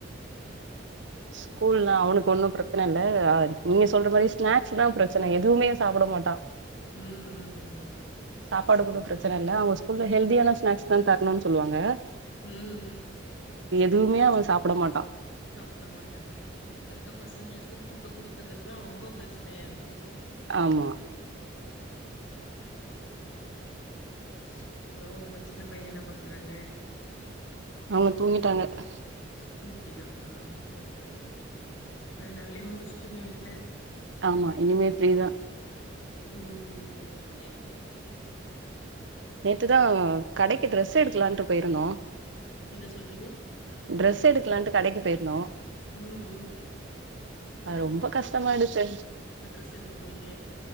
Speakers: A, on the left; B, on the right.
A: ஓகே,
B: ஸ்கூல்
A: ஓகே. ம்,
B: அவனுக்கு
A: ம்,
B: ஒன்னும் பிரச்சனை நல்ல ஆர் நீங்க சொல்ற மாரி ஸ்நேக்ஸ் தா பிரச்சன எதுவுமே சாப்புட மாட்டா
A: உம் உம் உம்
B: சாப்பாடு கூட பிரச்சன இல்ல அவங்க ஸ்கூல்ல ஹெல்தியான ஸ்னேக்ஸ் தா தரணுன் சொல்லுவாங்க
A: உம் உம்
B: தூமே அவ சாப்டமாட்டா
A: சாப்டமாட்டாங்க இப்பருக்க பசங்களுக்கு ஃபுட்டு குடுக்கறது தா ரொம்ப ப்ரச்னையாருக்கு
B: ஆமா
A: <inaudible> அப்றோ உங்க சின்ன பைய என்ன பண்றாங்க
B: அவங்க தூங்கிட்டாங்க
A: தூங்கிகிட்டாங்களா ஓகே ஓகே இப்ப எல்லா வேலையூ முடிச் டீங்க வீட்ல
B: ஆமா இனிமே ஃப்ரீதா
A: ம் நோகே ஓகே ஓகே
B: நேத்துதா கடைக்கு ட்ரெஸ் எடுக்கலான்ட்டு போயிருந்தோ
A: என்ன சொல்றீங்க
B: ட்ரெஸ் எடுக்கலான்ட்டு கடைக்கு போயிருந்தோ
A: உம் உம்
B: அது ரொம்ப கஷ்டமாயிடுச்சே
A: ட்ரெஸ் எடுக்க போறீங்க